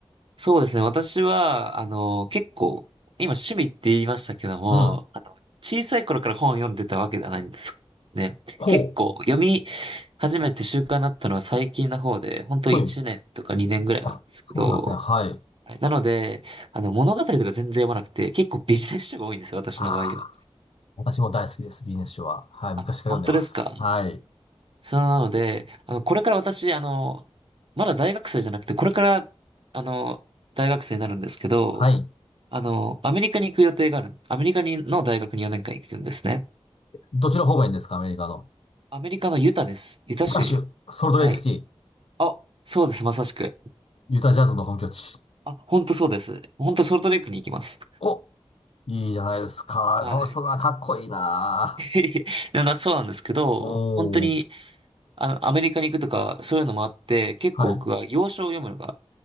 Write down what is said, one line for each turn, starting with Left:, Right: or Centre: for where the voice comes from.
Right: そうですね。私は、あの、結構、今趣味って言いましたけども、
Left: うん。
Right: あの、小さい頃から本を読んでたわけではないんですね。
Left: ほう。
Right: 結構、読み始めて習慣になったのは最近の方で、本当1年とか2年ぐらいなんですけど、
Left: はい。あ、そうなんですね。はい。
Right: はいなので、あの、物語とか全然読まなくて、結構ビジネス書が多いんですよ、私の場合は。
Left: ああ、私も大好きです、ビジネス書は。はい、昔から読んでます。
Right: あ、本当ですか
Left: はい。
Right: そうなので、あの、これから私、あの、まだ大学生じゃなくて、これから、あの、大学生になるんですけど、
Left: はい。
Right: あの、アメリカに行く予定がある。アメリカにの大学に4年間行くんですね。
Left: どちら方面ですか、アメリカの。
Right: アメリカのユタです。ユタ州に。
Left: ユタ州、ソルトレイクシティ、
Right: はい。あ、そうです、まさしく。
Left: ユタジャズの本拠地。
Right: あ、本当そうです。本当ソルトレイクに行きます。
Left: おいいじゃないですか。
Right: はい。
Left: 楽しそうだな、かっこいいな。
Right: <laughs> でもなそうなんですけど、
Left: おー、
Right: 本当に、あの、アメリカに行くとか、そういうのもあって、結構僕は、
Left: はい。
Right: 洋書を読むのが、